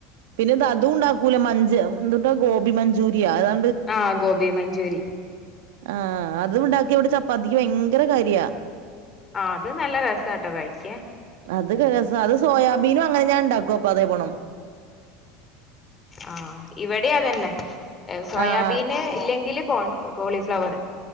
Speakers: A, on the right; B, on the left.
A: പിന്നെ ഇത് അതൂം ഉണ്ടാക്കൂല മഞ്ച് എന്തട്ടാ ഗോബി മഞ്ചൂരിയ അതാ
B: ആഹ് ഗോബി മഞ്ചൂരി
A: ആഹ് അതും ഉണ്ടാക്കിയ ഇവിടെ ചപ്പാത്തിക്ക് ഭയങ്കര കാര്യവാ
B: ആ അത് നല്ല രസാട്ടോ കഴിക്കാൻ
A: അത് രസ അത് സോയാബീനും അങ്ങനെ ഞാൻ ഉണ്ടാക്കും അപ്പൊ അതേപോണം
B: ആഹ് ഇവടേം അതന്നെ സോയാബീന്
A: ആഹ്
B: ഇല്ലെങ്കിലും - കോൺ കോളിഫ്ലവറ്